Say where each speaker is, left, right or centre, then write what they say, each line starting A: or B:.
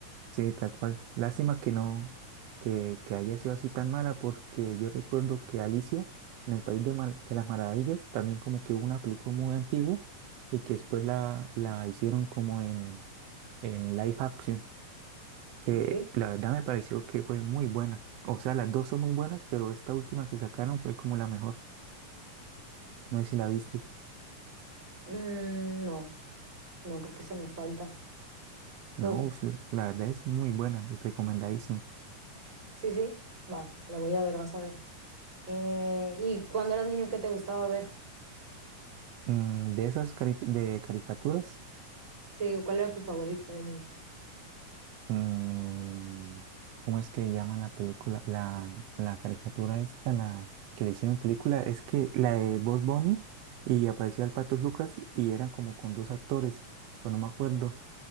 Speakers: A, on the right; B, on the right.
A: Sí, tal cual. Lástima que no, que, que haya sido así tan mala, porque yo recuerdo que Alicia, en el País de, Mar- de las Maravillas, también como que hubo una película muy antigua y que después la, la hicieron como en, en live action, que
B: Ok.
A: la verdad me pareció que fue muy buena. O sea, las dos son muy buenas, pero esta última que sacaron fue como la mejor. No sé si la viste.
B: Mm, no, no creo que se me falta.
A: No,
B: Entonces,
A: sí, la verdad es muy buena, recomendadísima.
B: sí, sí, va, la voy a ver, vas a ver. Eh, ¿y cuando eras niño, qué te gustaba ver?
A: Mm, de esas cari- de caricaturas.
B: Sí, ¿cuál era tu favorita de niño?
A: mm, ¿cómo es que llama la película? La, la caricatura esta, la que le hicieron película, es que la de Bob Bunny y aparecía el Pato Lucas y eran como con dos actores, pero no me acuerdo.